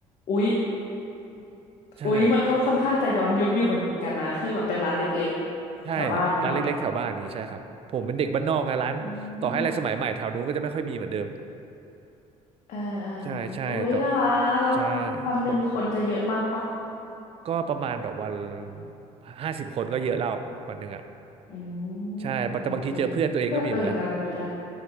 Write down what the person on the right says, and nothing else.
ใช่
ใช่ร้านเล็กๆแถวบ้านนี้ใช่ครับผมเป็นเด็กบ้านนอกไงร้านต่อให้อะไรสมัยใหม่แถวนู้นก็จะไม่ค่อยมีเหมือนเดิม
ใช่ใช่แต่
ใช่
บก็ประมาณแบบวันห้าสิบคนก็เยอะแล้ววันหนึ่งอ่ะ
ใช่แต่บางทีเจอเพื่อนตัวเองก็มีเหมือนกัน